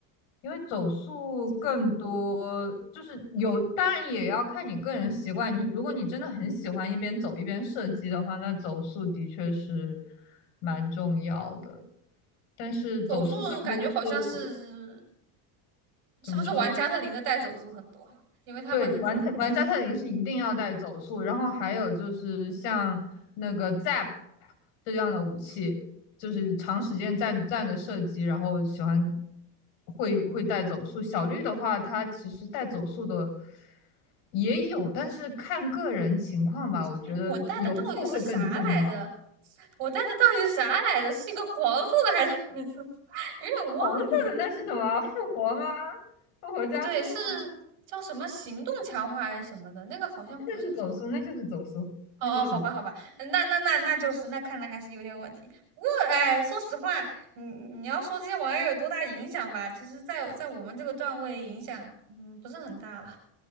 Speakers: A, on the left; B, on the right.
A: 因为走速更多，
B: 行，
A: 就是有，当然也要看你个人习惯。你如果你真的很喜欢一边走一边射击的话，那走速的确是蛮重要的。但是走速更多是会
B: 走速感觉好像是是不是玩加特林的带走速很多，
A: 怎么说？
B: 因为它本身走的很慢。
A: 对，玩特玩家特林是一定要带走速，然后还有就是像那个 Zap 这样的武器，就是长时间站站着射击，
B: 嗯，
A: 然后喜欢会会带走速。小绿的话，它其实带走速的。也有，但是看个人情况吧，我觉得游数会更重要。
B: 哎，我带的到底是啥来着？我带的到底是啥来着？是一个黄色的还是粉色？<laughs> 有点忘记了。
A: 黄色的那是什么？复活吗？复活加速吗？
B: 不对，是叫什么行动强化还是什么的？那个好像不是走速。
A: 那就是走速，那就是走速，
B: 哦
A: 那就是。
B: 哦，好吧，
A: 走
B: 好吧，嗯那那那那就是，那看来还是有点问题。不过，哎，说实话，你你要说这些玩意儿有多大影响吧，其实在，在我们这个段位影响，嗯，不是很大了。